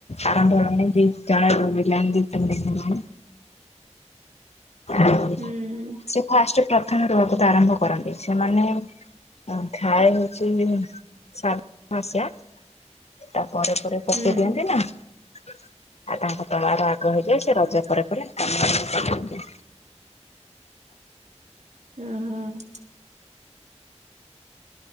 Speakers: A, on the left (about 60°); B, on the right (about 75°).
A: ଆରମ୍ଭ ହେଲାଣି ଦି <unintelligible> ଦି ତିନ ଦିନ ହେଲାଣି। <unintelligible>
B: ହୁଁ
A: ସେ ଫାଷ୍ଟ ପ୍ରଥମ ରୁଆ ପୁତା ଆରମ୍ଭ କରନ୍ତି। ସେମାନେ ଅ, ଥାଏ କିଛି ଦିନ ସା ମସିଆ ତା ପରେ ପରେ ପକେଇ
B: ହୁଁ।
A: ଦିଅନ୍ତି ନା। ଆଉ ତାଙ୍କ ତଳାର ଆଗ ହେଇଯାଏ ସେ ରଜ ପରେ ପରେ <inaudible> କରନ୍ତି।
B: ଅଁ, ହଁ।